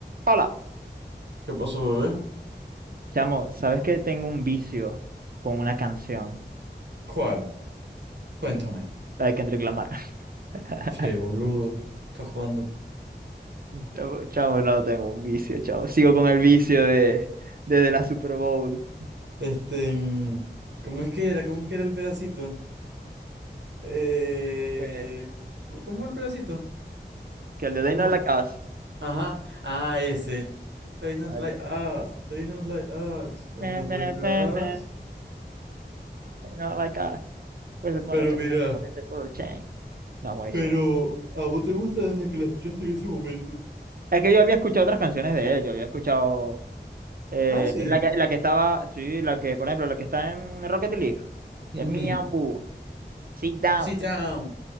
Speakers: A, on the right; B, on the right.
A: Hola.
B: ¿Qué pasó, bebé?
A: Chamo, ¿sabes que tengo un vicio con una canción?
B: ¿Cuál? Cuéntame.
A: La de Kendrick Lamar. <laughs>
B: Qué boludo. Estás jugando.
A: Chamo, chamo, no tengo un vicio, chamo. Sigo con el vicio de desde la Super Bowl.
B: Este, en- ¿cómo es que era? ¿Cómo es que era el pedacito? Eh,
A: Que,
B: ¿cómo cómo el pedacito?
A: que el de They
B: No.
A: Not Like Us.
B: Ajá. Ah, ese. They not
A: Ah,
B: like
A: ya.
B: us. They not like us. They
A: Ba,
B: not
A: ba,
B: like
A: ba,
B: us.
A: ba, They Not Like Us. Pues se pone
B: Pero
A: a chamo,
B: mira,
A: parece puro chain. No, buenísimo.
B: pero a vos te gusta desde que la escuchaste en ese momento.
A: Es que yo había escuchado otras canciones de él. Yo había escuchado eh,
B: Ah, sí.
A: la que, la que estaba, sí, la que, por ejemplo, la que está en Rocket League.
B: Ujú.
A: Es Me and Boo. Sit down.
B: Sit down.